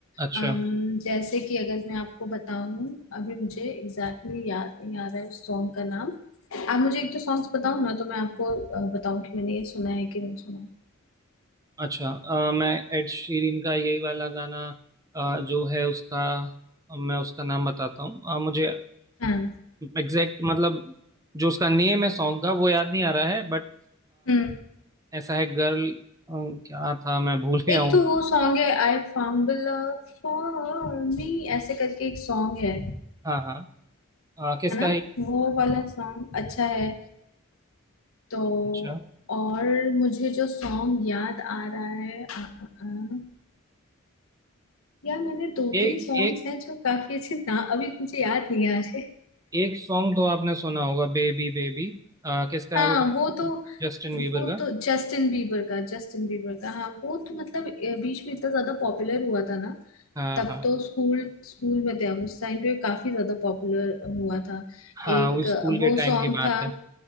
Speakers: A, on the right; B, on the left.
A: अच्छा
B: अम, जैसे कि अगर मैं आपको बताऊं अभी मुझे एग्जैक्टली exactly याद नहीं आ रहा है उस सॉन्ग का नाम आप मुझे एक तो सॉन्ग्स बताओ ना तो मैं आपको अ, बताऊं कि मैंने ये सुना है कि नहीं सुना है
A: अच्छा अ, मैं एड शीरन का यही वाला गाना अ, जो है उसका अ, मैं उसका नाम बताता हूँ अ, मुझे
B: हाँ
A: एग्जैक्ट मतलब जो उसका नेम है सॉन्ग का वो याद नहीं आ रहा है बट
B: हम्म
A: ऐसा है गर्ल क्या था मैं भूल गया
B: एक
A: हूँ
B: तो वो सॉन्ग है I found the love for me ऐसे करके एक सॉन्ग है
A: हाँ हाँ अ, किसका
B: है ना
A: है ये?
B: वो वाला सॉन्ग अच्छा है तो
A: अच्छा
B: और मुझे जो सॉन्ग याद आ रहा है आ, आ, आ, यार मैंने दो
A: एक
B: तीन सॉन्ग्स
A: एक
B: हैं जो काफी अच्छे ना अभी मुझे याद नहीं आ रहे
A: एक सॉन्ग तो आपने सुना होगा बेबी बेबी किसका
B: हाँ
A: है वो पता
B: वो
A: है आपको?
B: तो
A: जस्टिन वीबर
B: वो
A: का
B: तो जस्टिन बीबर का जस्टिन बीबर का हाँ वो तो मतलब अ, बीच में इतना ज्यादा पॉपुलर हुआ था ना
A: हाँ
B: तब
A: हाँ
B: तो स्कूल स्कूल में थे हम उस टाइम पे काफी ज्यादा पॉपुलर हुआ था
A: हाँ
B: एक
A: वो
B: अ,
A: स्कूल के
B: वो
A: टाइम
B: सॉन्ग
A: की बात
B: था
A: है